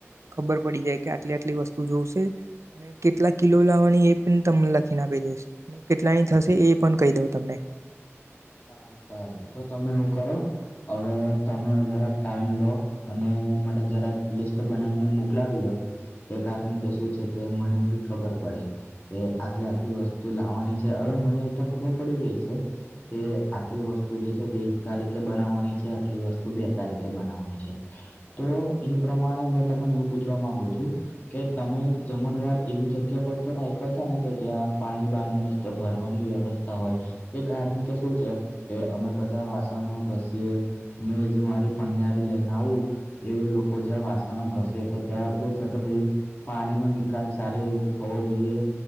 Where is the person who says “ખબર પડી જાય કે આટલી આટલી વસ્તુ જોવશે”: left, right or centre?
Right